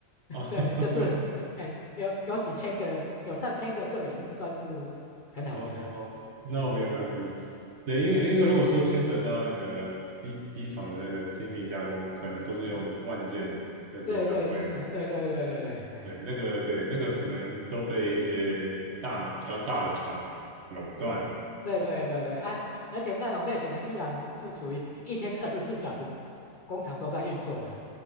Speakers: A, on the left; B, on the right.
A: <laughs>
B: 哦
A: 对，就是哎、
B: <laughs>，
A: 哎有有几千个，有上千个就已经算是很好的了。
B: 哦哦哦，那我明白明白。
A: 哎
B: 对，
A: 哎，
B: 因为因为如果说牵扯到那个机机床的那个精密加工，可能都是用万件在做单位，
A: 嗯对对对对对对对对，哎。
B: 对，那个对那个可能都被一些大比较大的厂垄断了
A: 对对对对，哎，而而且那种类型的基本上是是属于一天二十四小时工厂都在运作的，